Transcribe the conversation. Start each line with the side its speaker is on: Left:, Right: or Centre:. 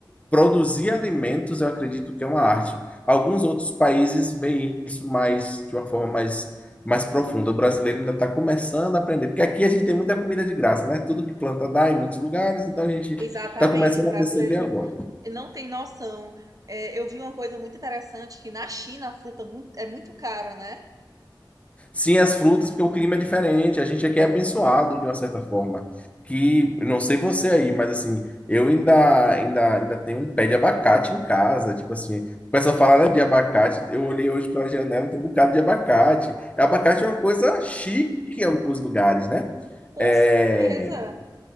Left: produzir alimentos, eu acredito que é uma arte. Alguns outros países veem isso mais de uma forma mais, mais profunda. O brasileiro ainda está começando a aprender, porque aqui a gente tem muita comida de graça, né? Tudo que planta dá em muitos lugares, então a gente
Right: Exatamente,
Left: está começando
Right: o brasileiro
Left: a perceber
Right: não,
Left: agora.
Right: não tem noção. É, eu vi uma coisa muito interessante, que na China a fruta mu- é muito cara, né?
Left: Sim, as frutas, porque o clima é diferente. A gente aqui é abençoado de uma certa forma. Que não sei você aí, mas assim, eu ainda, ainda, ainda tenho um pé de abacate em casa. Tipo assim, o pessoal fala, né, de abacate. Eu olhei hoje pela janela, tem um bocado de abacate. Abacate é uma coisa chique em alguns lugares, né?
Right: Com
Left: É,
Right: certeza.